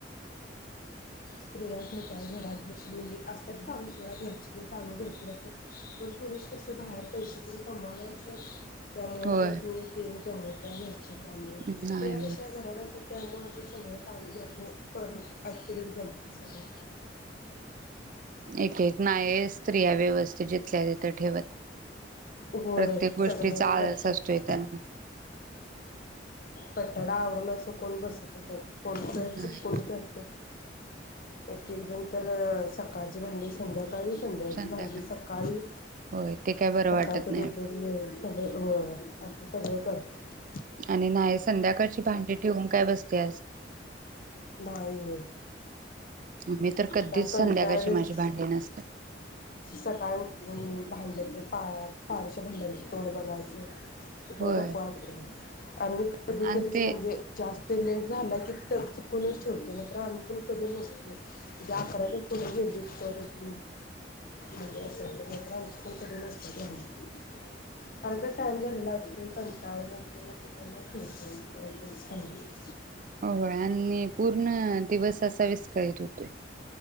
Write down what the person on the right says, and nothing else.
होय
नाही
होय
एकेक नाय स्त्रिया व्यवस्थित जिथल्या तथ ठेवत,
प्रत्येक गोष्टीचा
आळस असतोय त्यांना.
नाही
संध्याकाळी
होय ते काय बरं
वाटत नाही
आणि नाही संध्याकाळची भांडी ठेवून काय बसत्यास.
मी तर कधीच
संध्याकाळची माझी भांडी नसतात
होय
आणि ते
<unintelligible> हो आणि पूर्ण दिवस असा विस्कळीत होतोय